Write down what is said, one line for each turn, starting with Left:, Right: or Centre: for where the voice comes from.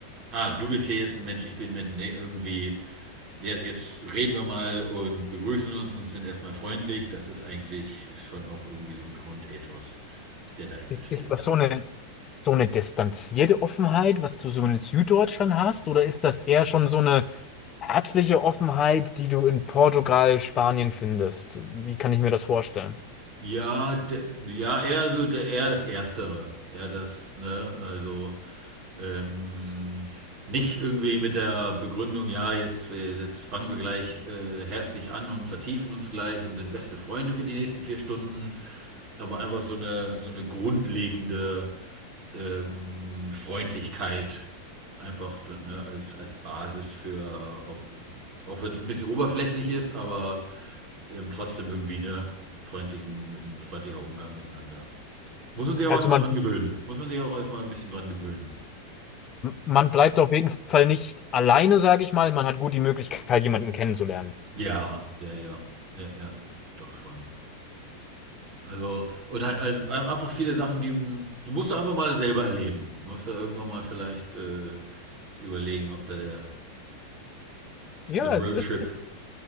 Right: „Ah, du bist hier jetzt ein Mensch, ich bin 'n Mensch.“ Ne, irgendwie: „Ja, jetzt reden wir mal und begrüßen uns und sind erstmal freundlich.“ Das ist eigentlich schon auch irgendwie so ein Grundethos, der da existiert.
Left: ist, ist das so eine, so eine distanzierte Offenheit, was du so in Süddeutschland hast, oder ist das eher schon so eine herzliche Offenheit, die du in Portugal, Spanien findest? Wie kann ich mir das vorstellen?
Right: Ja, de, ja, eher so der, eher das Erstere. Eher das, ne? Also ähm, nicht irgendwie mit der Begründung, ja, jetzt, äh, jetzt fangen wir gleich äh, herzlich an und vertiefen uns gleich und sind beste Freunde für die nächsten vier Stunden, aber einfach so eine, so eine grundlegende ähm, Freundlichkeit einfach ne, als, als Basis für, auch, auch wenn es ein bisschen oberflächlich ist, aber ähm, trotzdem irgendwie ne, freundlichen, ein freundlicher Umgang miteinander. Muss man sich auch
Left: Also
Right: erstmal
Left: man,
Right: dran gewöhnen. Muss man sich auch erstmal ein bisschen dran gewöhnen.
Left: man bleibt auf jeden Fall nicht alleine, sage ich mal. Man hat gut die Möglichkeit, jemanden kennenzulernen.
Right: Ja, ja, ja. Ja, ja. Doch schon. Also, und halt, also einfach viele Sachen, die du musst da einfach mal selber erleben. Du musst da irgendwann mal vielleicht äh, überlegen, ob da der
Left: Ja,
Right: so ein Roadtrip.
Left: es ist.